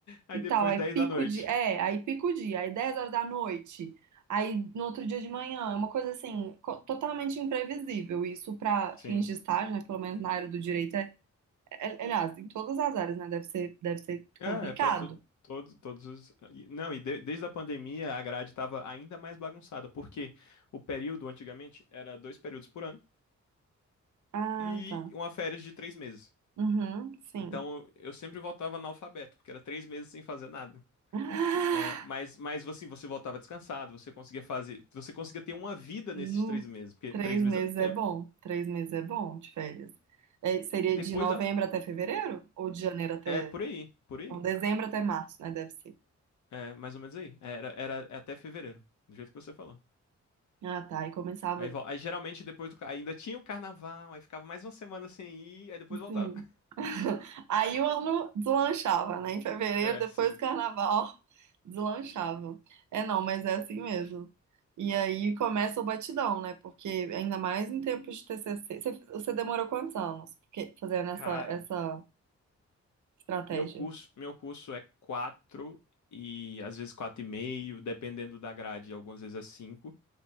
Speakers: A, on the left (about 75°); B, on the right (about 80°).
A: Aí
B: e
A: depois
B: tal, aí
A: 10
B: pico
A: da noite.
B: de, é, aí pico o dia, aí 10 horas da noite, aí no outro dia de manhã, é uma coisa assim, co- totalmente imprevisível. Isso para
A: Sim.
B: fins de estágio, né? Pelo menos na área do direito, é, é- é, aliás, em todas as áreas, né? Deve ser, deve ser
A: É,
B: complicado.
A: é pra tu, todo, todos os. e- Não, e de- desde a pandemia a grade estava ainda mais bagunçada, porque o período antigamente era dois períodos por ano
B: Ah,
A: e
B: tá.
A: uma férias de três meses.
B: Uhum, sim.
A: Então eu eu sempre voltava analfabeto, porque era três meses sem fazer nada.
B: <laughs>
A: É, mas,
B: <sighs>
A: mas assim, você voltava descansado, você conseguia fazer, você conseguia ter uma vida
B: No,
A: nesses três meses, porque
B: três
A: três meses
B: meses
A: é muito tempo.
B: é bom. Três meses é bom de férias. É, seria
A: Depois
B: de novembro
A: da,
B: até fevereiro? Ou de janeiro até.
A: é por aí, por aí,
B: Não, dezembro até março, né? Deve ser.
A: é mais ou menos aí. É, Era, era até fevereiro, do jeito que você falou.
B: Ah, tá. E começava.
A: Aí, vol- aí geralmente depois do, ca- ainda tinha o carnaval, aí ficava mais uma semana sem ir, aí depois voltava.
B: Sim.
A: <laughs>
B: <laughs> Aí o ano deslanchava, né? Em fevereiro,
A: É,
B: depois
A: sim.
B: do carnaval, <laughs> deslanchava. É, não, mas é assim mesmo. E aí começa o batidão, né? Porque ainda mais em tempo de TCC. Você, você demorou quantos anos? Porque fazendo essa,
A: Cara,
B: essa estratégia?
A: meu curso, meu curso é quatro e às vezes quatro e meio, dependendo da grade, algumas vezes é cinco.